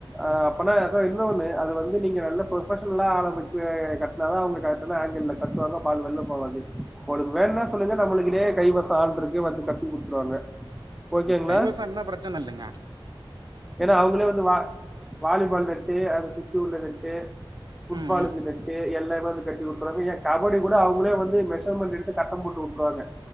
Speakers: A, in the centre; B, on the right.
A: ஆஹ் அப்பனா சார் இன்னொண்ணு அது வந்து நீங்க நல்ல ப்ரொபஷனலா ஆரம்பிச்சி கட்னாதான் அவங்க கரெக்ட்டான ஆங்கிள்ல கட்டுவாங்க பால் வெள்ள போவாது உங்களுக்கு வேன்னா சொல்லுங்க நம்மகிட்டயே கைவசம் ஆள் <unintelligible> வந்து கட்டி குடுத்துருவாங்க ஓகேங்களா?
B: ம் கைவசோ இருந்தா பிரச்சன இல்லங்க
A: ஏன்னா அவங்களே வந்து வா வாலிபால் நட்டு அத சு <unintelligible> ஃபுட்பால்க்கு
B: ம் ம்
A: நெட்டு எல்லா வந்து கட்டி உட்ருவாங்க ஏன் கபடி கூட அவங்களே வந்து மெஷர்மெண்ட் எடுத்து கட்டம் போட்டு விட்ருவாங்க